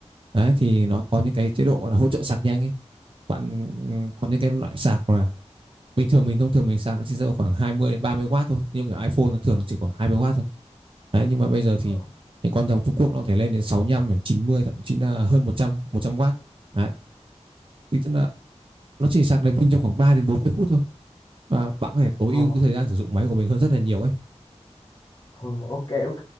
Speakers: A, on the right; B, on the left.
A: đấy thì nó có những cái chế độ gọi là hỗ trợ sạc nhanh ấy bạn ừ, có những cái loại sạc mà bình thường mình thông thường mình sạc nó chỉ rơi vào khoảng 20 đến 30 W thôi nhưng cái iPhone nó thường nó chỉ khoảng 20 W thôi đấy nhưng mà bây giờ thì
B: Ờ.
A: những con dòng Trung Quốc nó có thể lên đến sáu mươi lăm, chín mươi thậm chí là hơn một trăm một trăm W đấy thì tức là nó chỉ sạc đèn pin trong khoảng 3 đến 40 phút thôi và bạn có thể tối
B: Ờ.
A: ưu cái thời gian sử dụng máy của mình hơn rất là nhiều ấy
B: Ờ, ok ok